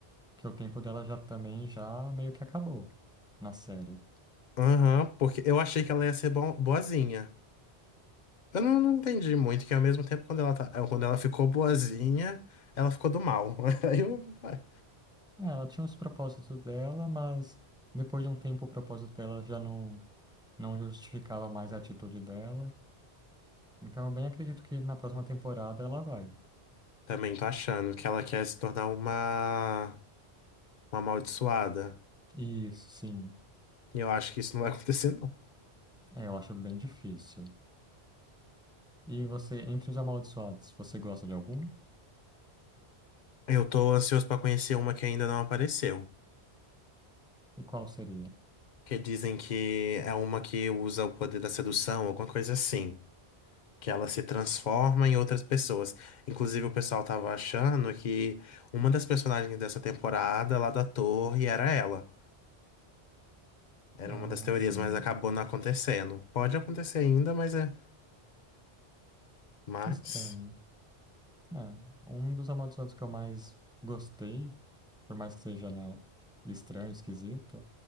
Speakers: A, in the centre; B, on the left (about 50°).
A: que o tempo dela já também já meio que acabou na série.
B: aham, porque eu achei que ela ia ser bo- boazinha. Eu não, não entendi muito, que ao mesmo tempo quando ela, tá, eh, quando ela ficou boazinha, ela ficou do mal. <laughs> Aí eu ué,
A: É, Ela tinha os propósitos dela, mas depois de um tempo o propósito dela já não não justificava mais a atitude dela. Então eu bem acredito que na próxima temporada ela vai.
B: também tô achando que ela quer se tornar uma, uma amaldiçoada.
A: E sim,
B: E eu acho que isso não vai <laughs> acontecer, não.
A: é, eu acho bem difícil. E você, entre os amaldiçoados, você gosta de algum?
B: Eu tô ansioso pra conhecer uma que ainda não apareceu.
A: E qual seria?
B: Que dizem que é uma que usa o poder da sedução, alguma coisa assim. Que ela se transforma em outras pessoas. Inclusive, o pessoal tava achando que uma das personagens dessa temporada lá da torre era ela. Era
A: Ah,
B: uma das teorias,
A: sim.
B: mas acabou não acontecendo. Pode acontecer ainda, mas é. Mas.
A: Estranho. É, um dos amaldiçoados que eu mais gostei, por mais que seja, né, estranho, esquisito,